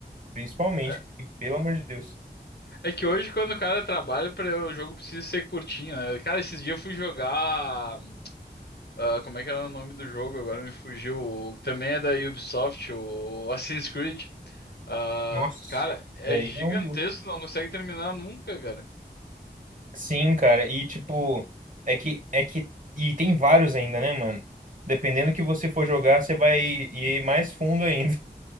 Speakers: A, on the right; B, on the left.
A: principalmente,
B: É
A: e, pelo amor de Deus.
B: é que hoje, quando o cara trabalha, pra- o jogo precisa ser curtinho, né? Cara, esses dias eu fui jogar. Ah, como é que era o nome do jogo? Agora me fugiu. O- Também é da Ubisoft, o Assassin's Creed. Ah,
A: Nossa,
B: cara, é
A: daí
B: gigantesco,
A: é um
B: não consegue terminar nunca, cara.
A: Sim, cara, e tipo, é que é que e tem vários ainda, né, mano? Dependendo que você for jogar, você vai ir mais fundo ainda